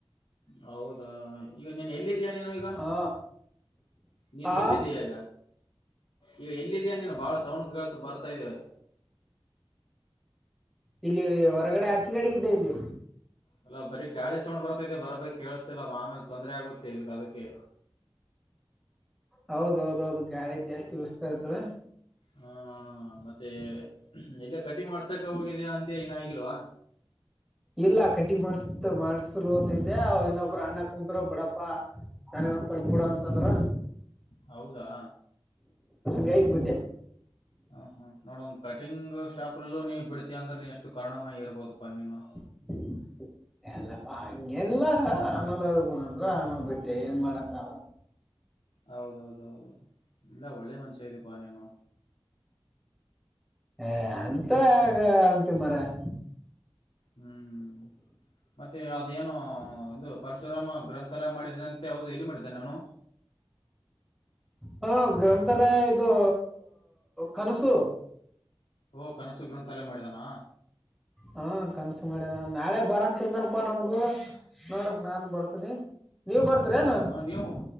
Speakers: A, on the left; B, in the centre.
A: ಹೌದಾ ಈಗ ನೀನ್ ಎಲ್ಲಿದ್ದಯ ನೀನು ಈಗ.
B: ಹಾ
A: ನೀನು
B: ಆ
A: ಎಲ್ಲಿದೆಯಾಗ. ಈಗ ಎಲ್ಲಿದೆಯ ನೀನು ಬಾಳ ಸೌಂಡ್ ಬರ್ತಾ ಇದ್ದೇವೆ.
B: ಇಲ್ಲಿ ಹೊರಗಡೆ ಆಚೆ ಕಡೆಗ್ದೆ ಇಲ್ಲಿ.
A: ಅಲ್ಲ ಬರೀ ಗಾಳಿ ಸೌಂಡ್ ಬರ್ತೈತೆ ಬರೋ ಬರಿ ಕೇಳಿಸಸತಿಲ್ಲ ಆಮೇಲೆ ತೊಂದ್ರ ಆಗುತ್ತೆ ಇಲ್ಗ ಅದಕ್ಕೆ.
B: ಹೌದೌದೌದು ಗಾಳಿ ಜಾಸ್ತಿ ಬಿಸತಾಯತದ.
A: ಹಾ ಮತ್ತೆ ಎಲ್ಲ ಕಟಿಂಗ್ ಮಾಡ್ಸಕ ಹೋಗಿದಯಾ
B: ಇ-
A: ಅಂತ ನ ಆಗಲ್ವಾ.
B: ಇಲ್ಲ ಕಟ್ಟಿ ಮಾಡ್ಸ ಮಾಡ್ಸಲತಿದ್ದೆ ಇನ್ನೊಬ್ರು ಅಣ್ಣ ಕುಂತ್ರ ಬಿಡ. ಪ್ಪಾ ನನಗ ಒಂದ್ಸವಲ್ಪ ಗೂಡ ಅಂತಂದ್ರ.
A: ಹೌದಾ.
B: ಕೈಗೆ ಬಿಟ್ಟ.
A: ಹ ಹಾ ನೋಡ ಒಂದ್ ಕಟಿಂಗ್ ಶಾಪಲ್ಲು ನೀ ಬಿಡ್ತೀ ಅಂದ್ರೆ ನೀ ಎಷ್ಟು ಕಾರಣಾಮಯಿ ಇರ್ಬೋದಪ್ಪಾ ನೀನು.
B: <inaudible> ಎಲ್ಲ ಪಾಡಿಗ್ ಇಲ್ಲ ಆಮೇಲೆ ಪ ಆಮಲೆ ಬಿಟ್ಟೆ ಏನ್ ಮಾಡಕ್ಕಲ್ಲ.
A: ಹೌದೌದೌದ ಇಲ್ಲ ಒಳ್ಳೆ ಮನಶ್ಯ ಇದಿ ಅಪ್ಪ ನೀನು.
B: ಏ ಅಂತ ಯಾಕ್ ಅಂತಿ ಮಾರಾಯ್.
A: ಹ್ಮ್ ಮತ್ತೆ ಅದೇಏನು ಒಂದು ಪರಶುರಾಮ ಗ್ರಂಥಾಲಯ ಮಾಡಿದಂತೆ ಹೌದು ಎಲ್ಲಿ ಮಾಡಿದ್ದಾನೆ ಅವನು.
B: ಹಾ ಗ್ರಂಥಾಲಯ ಇದು ಕನಸು.
A: ಓ ಕನಸು ಗ್ರಂಥಾಲಯಾ ಮಾಡಿದಾನ.
B: ಹಾ ಕನಸ್ಸು ಮಾಡ್ಯನ ನಾಳೆ ಬರಂತ ಅಂದನಾ ನಮ್ಗ. ನೋಡಕ್ ನಾನ್ ಬರ್ತೀನಿ ನೀವ ಬರ್ತರ ಏನು.
A: ಹಾಂ ನೀವು